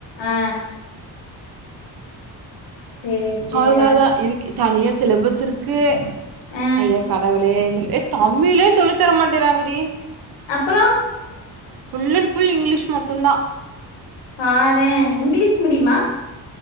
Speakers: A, on the left; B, on the right.
A: ஆ சேரி சேரி
B: அதுனாலதா இருக்கு தனியா சிலபஸ் இர்க்கு
A: ஆ
B: ஐய கடவுளே ல்லே தம்மிலே சொல்லித்தர மாட்டேறாங்கடி
A: அப்றொ
B: ஃபுல் அண்ட் ஃபுல் இங்கிலிஷ் மட்டுதா
A: பாரே இங்கீலீஷ் மீடிமா